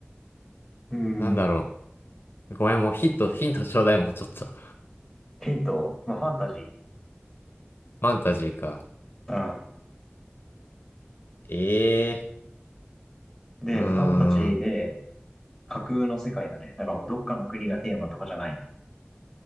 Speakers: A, in the centre; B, on the left.
A: うん。
B: なんだろう。ごめん、もうヒット、ヒントちょうだい、もうちょっと。フ
A: ヒント、まあファンタジ
B: ァンタジーか。
A: ー。
B: ええ
A: うん。で、
B: ーうーん。
A: ファンタジーで架空の世界だね。だからもうどっかの国がテーマとかじゃない。